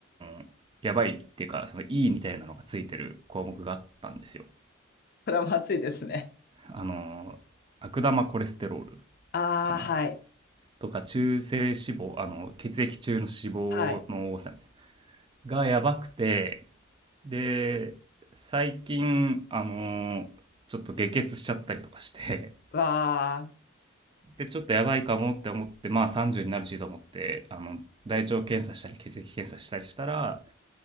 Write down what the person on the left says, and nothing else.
それはまずいですね。
ああ、
はい。
はい。
わあ、